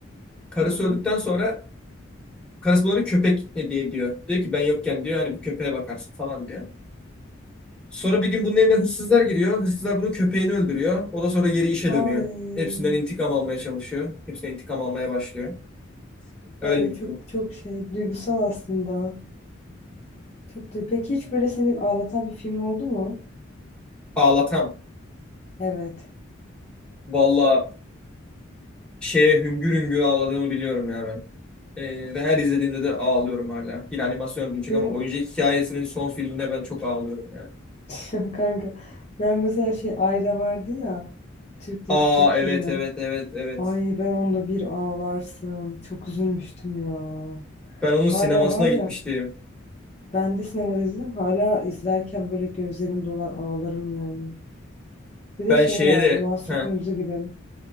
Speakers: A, in the centre; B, on the left.
A: Karısı
B: Hı hı.
A: öldükten sonra karısı buna bir köpek hediye ediyor. Diyor ki ben yokken diyor hani bu köpeğe bakarsın falan diyor. Sonra bir gün bunun evine hırsızlar giriyor. Hırsızlar bunun köpeğini öldürüyor. O da sonra geri işe dönüyor.
B: Ay,
A: Hepsinden intikam almaya çalışıyor. Hepsinden intikam almaya başlıyor. Öyle
B: ay
A: bir
B: çok
A: film.
B: çok şey duygusal aslında. Çok du Peki hiç böyle seni ağlatan bir film oldu mu?
A: Ağlatan.
B: Evet.
A: Valla şeye hüngür hüngür ağladığımı biliyorum ya ben. Ee, ve her izlediğimde de ağlıyorum hala. Yine animasyon olacak
B: Benim
A: ama oyuncak hikayesinin son filmine ben çok ağlıyorum yani.
B: <laughs> kanka ben mesela şey Ayla vardı ya Türk dizisi,
A: Aa
B: Türk filmi.
A: evet evet evet evet.
B: Ay ben onda bir ağlarsın. Çok üzülmüştüm ya.
A: Ben onun
B: Hala
A: sinemasına
B: var
A: gitmiştim.
B: ya. Ben de sinemada izledim. Hala izlerken böyle gözlerim dolar ağlarım yani. Bir de
A: Ben
B: şey
A: şeye
B: vardı
A: de
B: Masum
A: heh,
B: Kırmızıgül'ün.